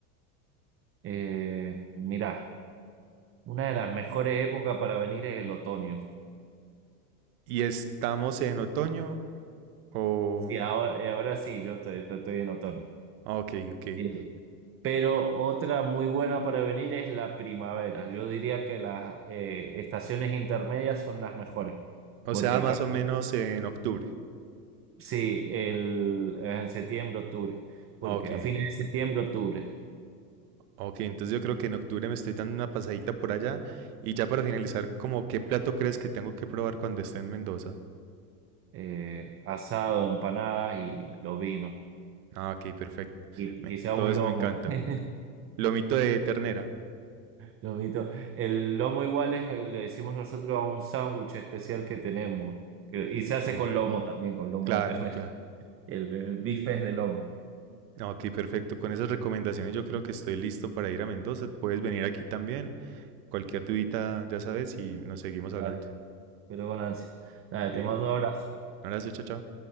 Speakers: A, on the right; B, on the right.
A: Eh, mirá, una de las mejores épocas para venir es el otoño.
B: ¿Y estamos en otoño o...?
A: Sí, ahora, eh, ahora sí, yo estoy, estoy- estoy en otoño.
B: Ok, ok.
A: Eh, Pero otra muy buena para venir es la primavera. Yo diría que las eh, estaciones intermedias son las mejores,
B: O
A: porque
B: sea,
A: acá
B: más o menos en octubre.
A: sí, el, en septiembre, octubre, porque
B: Ok,
A: a fines de septiembre, octubre,
B: Ok, entonces yo creo que en octubre me estoy dando una pasadita por allá. Y ya para finalizar, como qué plato crees que tengo que probar cuando esté en Mendoza?
A: eh, asado, empanadas y los vinos,
B: Ah, ok, perfecto.
A: y
B: Me-
A: quizá
B: todo
A: un
B: eso
A: lomo.
B: me encanta.
A: <laughs>
B: Lomito de ternera.
A: Lomito. El lomo igual es, le decimos nosotros a un sándwich especial que tenemos. que- y se hace
B: Oh,
A: con lomo también, con lomo
B: claro,
A: de ternera.
B: claro.
A: El, el bife es de lomo.
B: Ah, Ok, perfecto. Con esas recomendaciones yo creo que estoy listo para ir a Mendoza. Puedes venir aquí también. Cualquier dudita, ya sabes, y nos seguimos
A: Dale,
B: hablando.
A: pero con ansia. Dale,
B: Ok,
A: te
B: un
A: mando un abrazo.
B: abrazo, chao, chao.